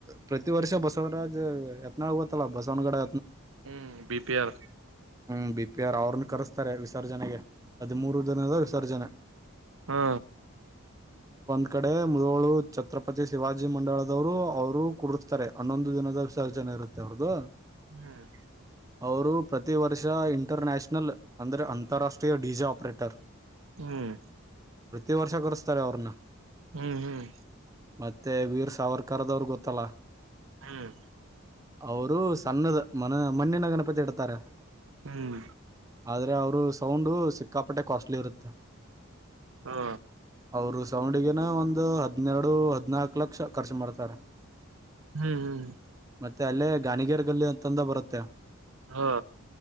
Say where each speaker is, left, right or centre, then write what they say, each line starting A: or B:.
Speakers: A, on the right; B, on the right.
A: ಪ್ರತಿ ವರ್ಷ ಬಸವರಾಜ್ ಯತ್ನಾಳ್ ಗಓತ್ತಲ್ಲ ಬಸವನಗಡೆ
B: ಹ್ಮ್ ಬಿ ಪಿ ಆರ್
A: ಹ್ಮ ಬಿ ಪಿ ಆರ್ ಅವ್ರನ್ನ ಕರೆಸ್ತಾರೆ ವಿಸರ್ಜನೆಗೆ ಅದ ಮೂರು ದಿನದ ವಿಸರ್ಜನೆ
B: ಹಾ
A: ಈ ಕಡೆ ಮುದಳು ಛತ್ರಪತಿ ಶಿವಾಜಿ ಮಂಡಲದವರು ಅವರು ಕುಡತಾರೆ ಹನ್ನೊಂದು ದಿನದ ವಿಸರ್ಜನೆ ಇರುತ್ತೆ ಅವ್ರ್ದು
B: ಹ್ಮ್
A: ಅವರು ಪ್ರತಿ ವರ್ಷ ಇಂಟರ್ನ್ಯಾಷನಲ್ ಅಂದ್ರರೆ ಅಂತಾರಾಷ್ಟ್ರೀಯ ಡಿಜಾ ಆಪ್ರೇಟರ್
B: ಹ್ಮ್
A: ಪ್ರತಿ ವರ್ಷ ಕರೆಸ್ತಾರೆ ಅವ್ರನ್ನ
B: ಹ್ಮ್ ಹ್ಮ್
A: ಮತ್ತುತ್ತ ವೀರ್ ಸಾವರ್ಕರ್ದವರುಿಗೆ ಗೊತ್ತಲ್ಲ
B: ಹ್ಮ್
A: ಅವರು ಸಣ್ಣದ ಮನ ಮಣ್ಣಿನ ಗಣಪತಿ ಇಡ್ತಾರೆ
B: ಹ್ಮ್
A: ಆದ್ರೆ ಅವರು ಸೌಂಡು ಸಿಕ್ಕಾಪಟ್ಟೆ ಕಾಸ್ಟ್ಲಿ ಇರುತ್ತೆ
B: ಹಾ
A: ಅವರು ಸಾವಂಡಿಗೆ ಒಂದು ಹನ್ನೆರಡು ಹದಿನಾಲ್ಕು ಲಕ್ಷ ಖರ್ಚು ಮಾಡ್ತಾರೆ
B: ಹ್ಮ್ ಹ್ಮ್
A: ಮತ್ತೆ ಅಲ್ಲೇ ಗಾನಿಗರ್ಗಲ್ಲಿ ಅಂತಂದ ಬರುತ್ತೆ
B: ಹಾ